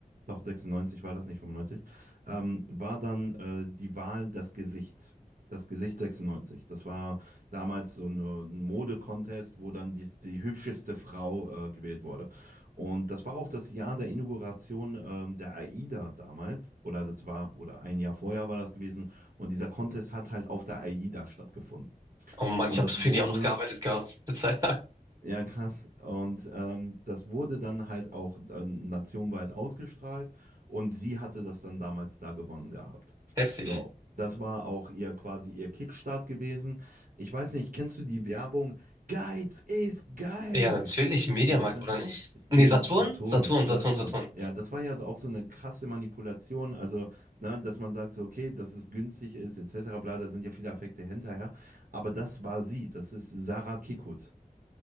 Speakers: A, on the right; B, on the right.
A: doch 96 war das, nicht 95, ähm, war dann äh, die Wahl das Gesicht. Das Gesicht 96. Das war damals so eine, ein Mode-Contest, wo dann die, die hübscheste Frau äh, gewählt wurde. Und das war auch das Jahr der Inauguration ähm, der AIDA damals. Oder das war, oder ein Jahr vorher war das gewesen. Und dieser Contest hat halt auf der AIDA stattgefunden.
B: Oh Mann,
A: Und
B: ich habe
A: das
B: für
A: wurde
B: die auch noch gearbeitet gehabt. <laughs> Eine Zeit lang.
A: ja, krass. Und ähm, das wurde dann halt auch äh, nationweit ausgestrahlt und sie hatte das dann damals da gewonnen gehabt.
B: Heftig.
A: So, das war auch ihr quasi ihr Kickstart gewesen. Ich weiß nicht, kennst du die Werbung? Geiz ist geil!
B: Ja, natürlich. Mediamarkt,
A: Und sagte,
B: oder nicht?
A: nee,
B: Nee, Saturn?
A: das ist Saturn,
B: Saturn,
A: Saturn.
B: Saturn, Saturn.
A: Ja, das war ja so auch so eine krasse Manipulation, also, ne, dass man sagt so, okay, dass es günstig ist, etc., bla, da sind ja viele Affekte hinterher. Aber das war sie, das ist Sarah Kickhut.